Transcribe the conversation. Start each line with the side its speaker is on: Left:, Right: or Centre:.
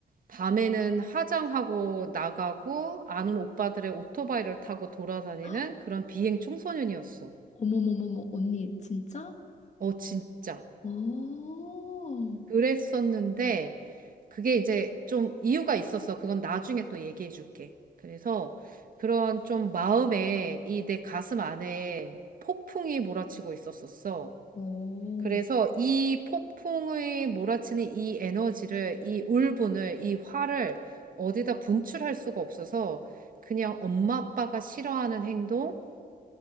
Right: 밤에는 화장하고 나가고 아는 오빠들의 오토바이를 타고 돌아다니는
Left: <gasps> 헉,
Right: 그런 비행 청소년이었어.
Left: 어머머머머 언니 진짜?
Right: 어, 진짜.
Left: 어, 어,
Right: 그랬었는데 그게 이제 좀 이유가 있었어. 그건 나중에 또 얘기해 줄게. 그래서 그런 좀 마음에 이 내 가슴 안에 폭풍이 몰아치고 있었었어.
Left: 어.
Right: 그래서 이 폭풍의 몰아치는 이 에너지를, 이 울분을, 이 화를 어디다 분출할 수가 없어서 그냥 엄마 아빠가 싫어하는 행동,